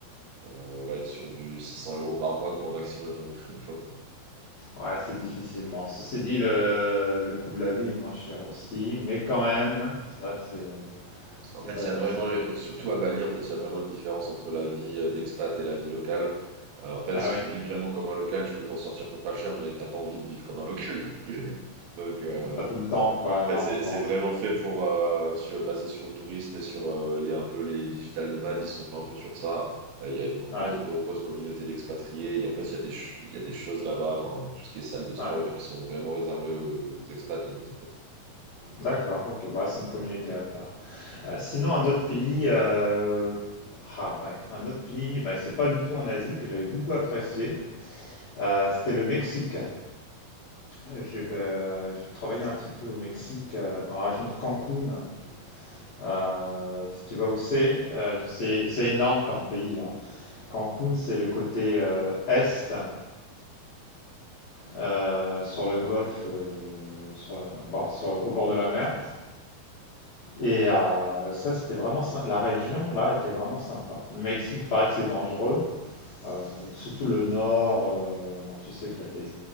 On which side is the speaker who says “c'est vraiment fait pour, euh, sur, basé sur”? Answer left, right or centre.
Right